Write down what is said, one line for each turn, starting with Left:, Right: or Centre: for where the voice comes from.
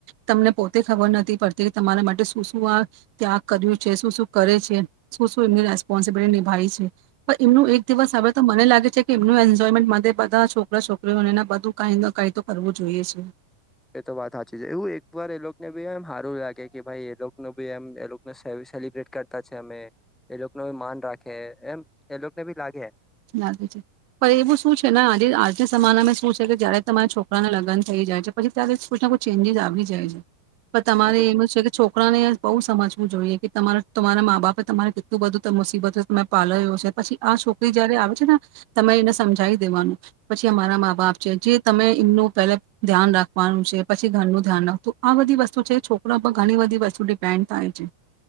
Right: તમને પોતે ખબર નથી પડતી કે તમારા માટે શું શું આ ત્યાગ કર્યું છે શું શું કરે છે શું શું એમની રેસ્પોન્સિબિલિટી નિભાવી છે પ એમનું એક દિવસ આવે તો મને લાગે છે. એમનું એન્જોયમેન્ટ માટે બધા છોકરા છોકરીઓને એ બધું ક ન કાય તો કરવું જોઈએ છે.
Centre: એ તો વાત હાચી છે એવું એક વાર એ લોકોને બી એમ હારું લાગે કે ભાઈ એ લોકોનો બી એમ એને લોકને સેલિબ્રેટ કરતા છે અમે એ લોકો ને માન રાખે એમ એ લોકોને ભી લાગે.
Right: લાગે છે પણ એવું શું છે ને આજે આજના સમાનામાં શું કે કે જ્યારે તમારા છોકરાને લગ્ન થઈ જાય છે પછી ત્યારેને કુછ ના કુછ ચેન્જીિસ આવી જાય છે. પણ તમારે
Centre: એ તો
Right: એમ જ છે કે છોકરાને બઉ સમજવું જોઈએ કે તમારા તમારા મા બાપે તમારે કેટલું બધું મુસીબત તમે પાલ્યો છે પછી આ છો ઈ જયારે આવે છે ને તમે એને સમજાવી દેવાનું પછી અમારા મા બાપ છે જે તમે એમનું પહેલા ધ્યાન રાખવાનું છે પછી ઘરનું ધ્યાન રાખતું આ બધી વસ્તુ છે છોકરા પર ઘણી બધી વસ્તુ ડિપેન્ડ થાય છે.